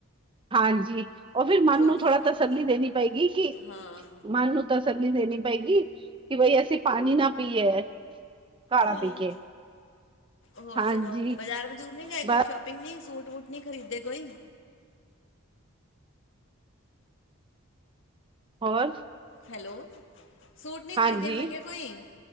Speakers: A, on the right; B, on the left.
A: ਹਾਂਜੀ ਉਹ ਫਿਰ ਮਨ
B: ਖੋਟ
A: ਨੂੰ ਥੋੜਾ
B: ਸੁਣਾਓ।
A: ਤਸੱਲੀ ਦੇਣੀ ਪਏਗੀ ਕਿ
B: ਹਾਂ
A: ਮਨ ਨੂੰ ਤਸੱਲਲੀ ਦੇਣੀ ਪਏਗੀ ਕਿ ਬਾਈ ਅਸੀਂ ਪਾਣੀ ਨਾ ਪੀਏ ਕਾੜਾ
B: ਹਾਂ
A: ਪੀ ਕੇ
B: ਹੋਰ
A: ਹਾਂਜੀ
B: ਸੁਣਾਓ ਬਾਜ਼ਾਰ ਬਜੂਰ ਨੀ ਗਏ ਕੋਈ
A: ਬਸ
B: ਸ਼ੋਪ ਪਿੰਨੀ ਸੂਟ ਵੂਟ ਨਹੀਂੀ ਖਰੀਦੇ ਕੋਈ
A: ਹੋਰ
B: ਹੈਲੋ ਸੂਟ ਨਹੀਂ
A: ਹਾਂਜੀ
B: ਖਰੀਦੇਿਆ ਮੈਂ ਕਿਹਾ ਕੋਈ